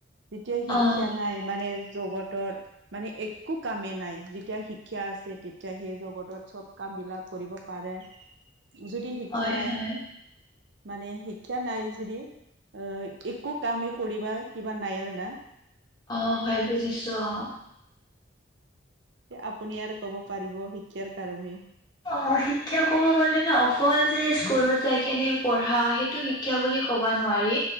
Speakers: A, on the right; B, on the left.
A: যেতিয়া
B: অ',
A: শিক্ষা নাই মানে জগতৰ মানে এক একো কামেই নাই যেতিয়া শিক্ষা আছে তেতিয়া সেই জগতত চব কাম বিলাক কৰিব পাৰে যদি শিক্ষা
B: হয়,
A: নাই
B: হয়,
A: মানে শিক্ষা নাই যদি অ একো কামেই কৰিবা কিবা নাই আৰু না
B: আহ হয় বুজিছো অহ
A: আপুনি আৰু কব পাৰিব শিক্ষাৰ কাৰণে
B: অ অ শিক্ষা কব গলে ন অকল যে স্কুলত যাই কেনে পঢ়া সেইটো শিক্ষা বুলি ক'ব নোৱাৰি